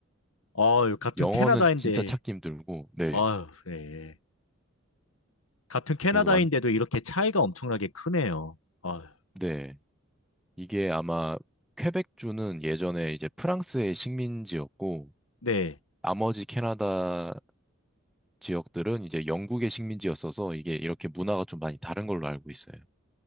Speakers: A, on the left; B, in the centre.
A: 어, 같은
B: 영어는
A: 캐나다인데,
B: 진짜 찾기 힘들고 네.
A: 아 네. 같은 캐나다인데도
B: 그래서 완
A: 이렇게 차이가 엄청나게 크네요. 아,
B: 네. 이게 아마 퀘벡주는 예전에 이제 프랑스의 식민지였고
A: 네.
B: 나머지 캐나다 지역들은 이제 영국의 식민지였어서 이게 이렇게 문화가 좀 많이 다른 걸로 알고 있어요.